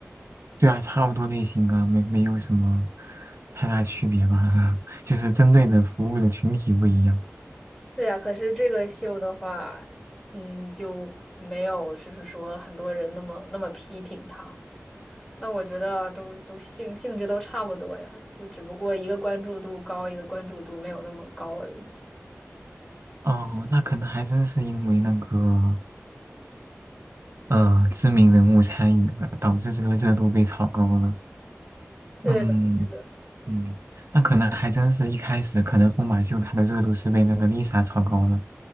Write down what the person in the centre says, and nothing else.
对呀，可是这个秀的话，嗯，就没有就是说很多人那么那么批评他，但我觉得都都性性质都差不多呀，就只不过一个关注度高，一个关注度没有那么高而已。
对的，
对的。